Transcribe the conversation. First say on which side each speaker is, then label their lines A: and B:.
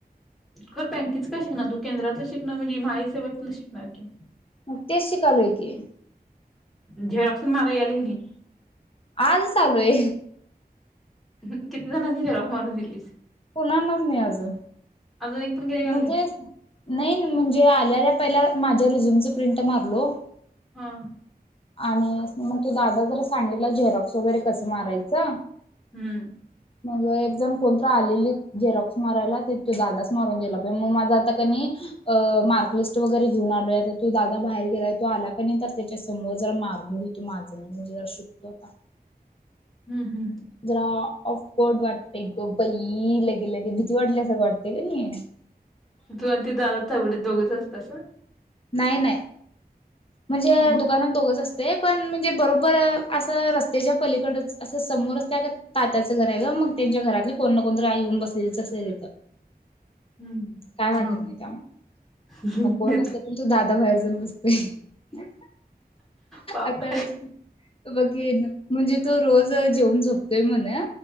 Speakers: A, in the centre; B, on the left.
A: खर बँकेच काय शिकणार तू केंद्रातलं शिकण म्हणजे महा ई सेवतलं शिकणार की.
B: तेच शिकालोय की.
A: झेरॉक्स मारायला याल काय नही.
B: आजच आलोय.
A: ह किती जणास्नी झेरॉक्स मारून दिलीस?
B: कुणांनाच मी अजून.
A: अजून एक पण गिरायकाला
B: म्हणजे
A: नाही
B: नई न म्हणजे आल्याल्या पहिला मा त्या रिझ्यूमचं प्रिंट मारलो.
A: हा.
B: आणि मग तो दादा जरा सांगितला झेरॉक्स वगैरे कसं मारायचं.
A: हम्म
B: मग एक म कोण तरी आलेली झेरॉक्स मारायला ते तो दादाच मारून दिला बई मग माझा आता कणी मार्कलिस्ट वगैरे घेऊन आलोय आता तो दादा बाहेर गेलाय तो आला कणी नई तर त्याच्या समोर जरा मारून घ तो माझं मी म्हणजे जरा शिकतो आता.
A: हम्म हम्म.
B: जरा ऑफकोर्ड वाटतय ग बई लगे लगे भीती वाटल्यासारखं वाटतय क नई.
A: तू आणि त दादा थवडे दोघंच असतसा?
B: नाही नाही. म्हणजे
A: मग
B: दुकानात दोघंच अस ते पण म्हणजे बरोबर असं रस्त्याच्या पलीकडच असं समोरच त्या तात्याचं घर आहे ग मग त्यांच्या घरातली कोण ना कोणतरी आई येऊन बसलेलीच असते तिथं.
A: हम्म
B: काय वाटत
A: हा
B: नाही त्यामुळे
A: हम्म
B: मग कोण
A: देतो
B: नसलं तो दादा बाहेर जाऊन बसतोय
A: पाप
B: आता बघ हे म्हणजे त तो रोजं जेऊन झोपतोय म्हणं.